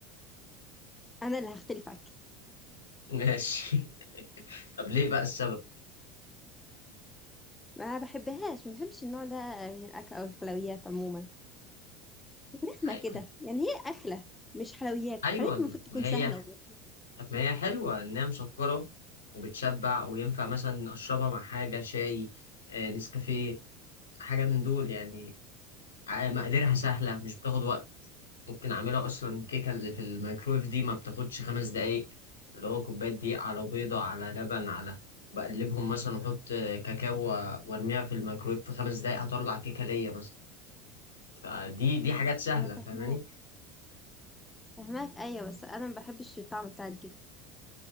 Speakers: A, on the left; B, on the left.
A: أنا اللي هختلف عنك
B: <laughs> ماشي طب ليه بقى السبب؟
A: ما بحبهاش ما بحبش النوع ده من الاكل او الحلويات عموما رخمه
B: أي-
A: كده يعني هي اكله مش حلويات
B: ايوه
A: الحلويات المفروض تكون
B: ما هي
A: سهله وبس.
B: طب ما هي حلوة إنها مسكرة وبتشبع وينفع مثلا أشربها مع حاجة شاي آه، نسكافيه حاجة من دول يعني ع- مقاديرها سهلة مش بتاخد وقت ممكن أعملها أصلا الكيكة اللي في الميكرويف دي ما بتاخدش خمس دقايق اللي هو كوباية دقيق على بيضة على لبن على بقلبهم مثلا وأحط آه، كاكاو و- وأرميها في الميكرويف في خمس دقايق هطلع كيكة ليا مثلا فدي دي حاجات سهلة
A: انا فاهماك
B: فاهماني؟
A: فاهماك ايوه بس انا ما بحبش الطعم بتاع الكيكه